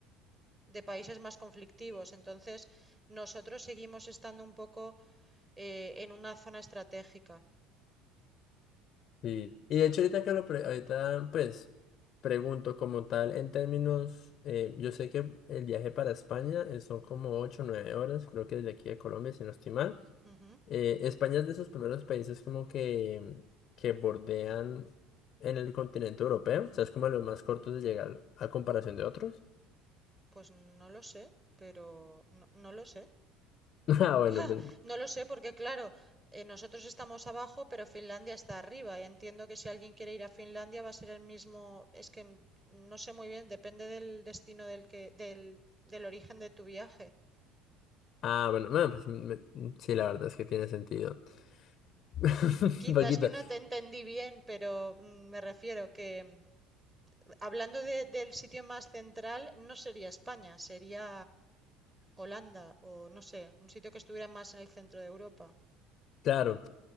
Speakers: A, on the right (about 20°); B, on the left (about 45°).
A: de países más conflictivos. Entonces, nosotros seguimos estando un poco eh, en una zona estratégica.
B: Sí. Y de hecho ahorita que lo pre- ahorita pues pregunto como tal en términos, eh, yo sé que el viaje para España eh, son como 8 o 9 horas, creo que desde aquí de Colombia, si no estoy mal.
A: Ujú.
B: Eh, España es de esos primeros países como que, que bordean en el continente europeo, o sea, es como de los más cortos de llegar a comparación de otros.
A: Pues no lo sé, pero no, no lo sé.
B: <laughs> Ah, bueno,
A: <laughs>
B: pues-
A: No lo sé porque, claro, eh, nosotros estamos abajo, pero Finlandia está arriba. Y entiendo que si alguien quiere ir a Finlandia va a ser el mismo. Es que n- no sé muy bien, depende del destino del que, del, del origen de tu viaje.
B: ah, bueno, bueno, pues me- sí, la verdad es que tiene sentido. <laughs>
A: Quizás
B: Un poquito,
A: que no te entendí bien, pero mm, me refiero que, mm, Hablando de- del sitio más central, no sería España, sería Holanda o no sé, un sitio que estuviera más en el centro de Europa.
B: claro.